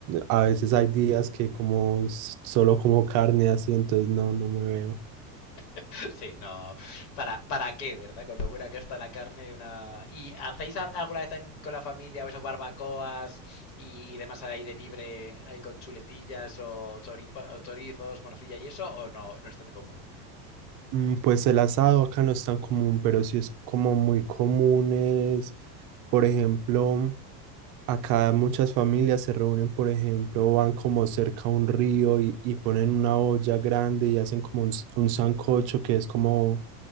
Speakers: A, on the right (about 40°); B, on the left (about 70°).
A: a veces hay días que como s- solo como carne así, entonces no, no me veo.
B: <laughs> Sí, no. ¿Para, para qué, verdad? Con lo buena que está la carne, una. ¿Y hacéis a- alguna vez en- con la familia o eso, barbacoas y demás al aire libre, ahí con chuletillas o, choripo- o chorizos, morcilla y eso, o no, no es tan común?
A: Mm, Pues el asado acá no es tan común, pero sí es como muy común es, por ejemplo, acá muchas familias se reúnen, por ejemplo, van como cerca a un río y, y ponen una olla grande y hacen como un, s- un sancocho que es como